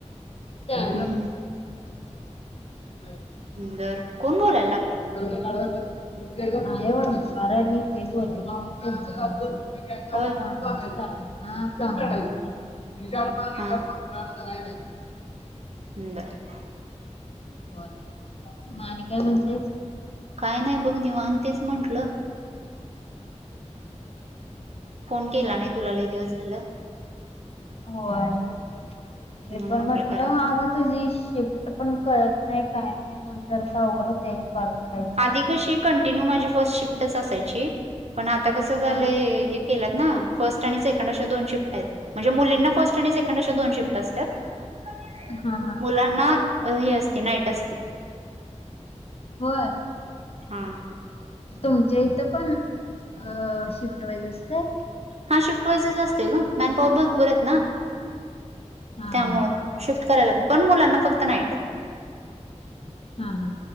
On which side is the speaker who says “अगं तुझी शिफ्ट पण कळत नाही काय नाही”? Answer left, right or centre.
Left